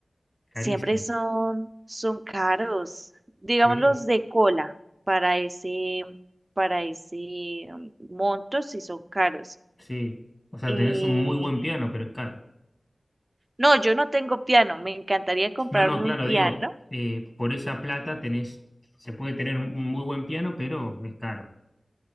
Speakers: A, on the left (about 20°); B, on the right (about 40°).
A: carísimo.
B: siempre son, son caros. Digamos
A: Sí.
B: los de cola para ese, para ese um, monto, sí son caros.
A: Sí. O sea,
B: Y
A: tenés un muy buen piano, pero es caro.
B: no, yo no tengo piano. Me encantaría comprarme
A: No, no, claro,
B: un piano.
A: digo, eh, por esa plata tenés, se puede tener un muy buen piano, pero es caro.